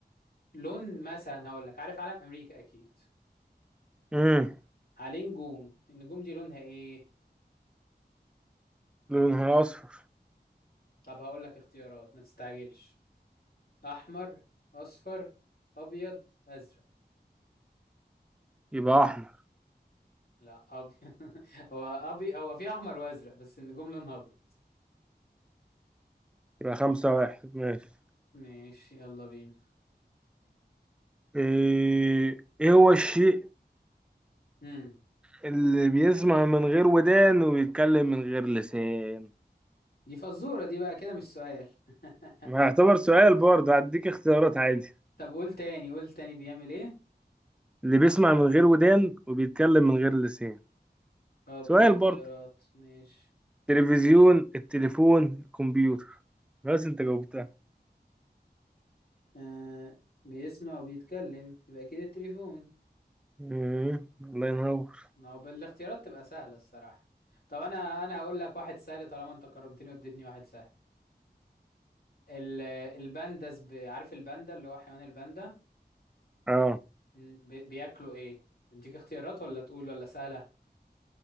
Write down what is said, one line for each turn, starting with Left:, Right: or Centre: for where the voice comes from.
Left: لون مثلا هقول لك عارف علم امريكا اكيد
Centre: امم
Left: عليه نجوم النجوم دي لونها ايه
Centre: لونها أصفر
Left: طب هقول لك اختيارات ما تستعجلش احمر اصفر ابيض ازرق
Centre: يبقى أحمر
Left: لا ابيض <laughs> هو ابي هو في احمر وازرق بس النجوم لونها ابيض
Centre: يبقى خمسة واحد ماشي
Left: ماشي يلا بينا
Centre: إيه إيه هو الشيء
Left: هم.
Centre: اللي بيسمع من غير ودان وبيتكلم من غير لسان
Left: دي فزورة دي بقى كده مش سؤال <laughs>
Centre: ما يعتبر سؤال برضه هديك اختيارات عادي
Left: طب قول تاني قول تاني بيعمل ايه
Centre: اللي بيسمع من غير ودان وبيتكلم من غير لسان
Left: اه بقول
Centre: سؤال
Left: اختيارات
Centre: برضه
Left: ماشي
Centre: تلفزيون التليفون الكمبيوتر بس انت جاوبتها
Left: آه بيسمع وبيتكلم يبقى اكيد التليفون
Centre: مم. الله ينور
Left: ما هو بالاختيارات تبقى سهلة الصراحة طب انا انا هقول لك واحد سهل طالما انت كرمتني واديتني واحد سهل ال- البانداس ب... عارف الباندا اللي هو حيوان الباندا
Centre: اه
Left: م، بي... بياكلوا ايه اديك اختيارات ولا تقول ولا سهلة